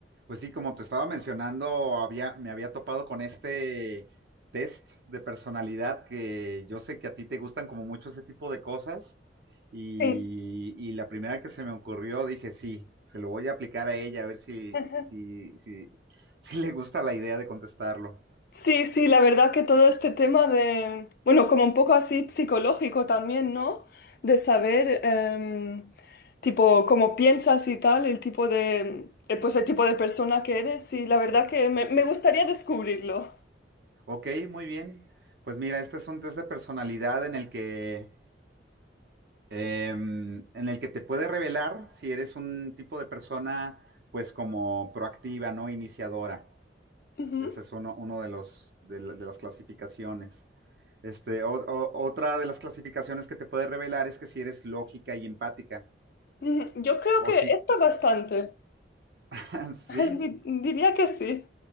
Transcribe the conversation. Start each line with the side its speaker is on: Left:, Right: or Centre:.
Right: Pues sí, como te estaba mencionando, había, me había topado con este test de personalidad que yo sé que a ti te gustan como mucho ese tipo de cosas y,
Left: Sí,
Right: y la primera que se me ocurrió dije, sí, se lo voy a aplicar a ella a ver si,
Left: ajá.
Right: si, si, <laughs> si le gusta la idea de contestarlo.
Left: sí, sí, la verdad que todo este tema de, bueno, como un poco así psicológico también, ¿no? De saber, em, tipo, cómo piensas y tal, el tipo de, eh, pues el tipo de persona que eres, y la verdad que me, me gustaría descubrirlo.
Right: Ok, muy bien. Pues mira, este es un test de personalidad en el que, em, en el que te puede revelar si eres un tipo de persona pues como proactiva, ¿no? Iniciadora.
Left: Ujú,
Right: Ese es uno, uno de los, de, la- de las clasificaciones. Este, o- o- otra de las clasificaciones que te puede revelar es que si eres lógica y empática,
Left: ujú. Yo creo
Right: o
Left: que
Right: si,
Left: está bastante,
Right: <laughs>
Left: <laughs>
Right: sí,
Left: Di- diría que sí,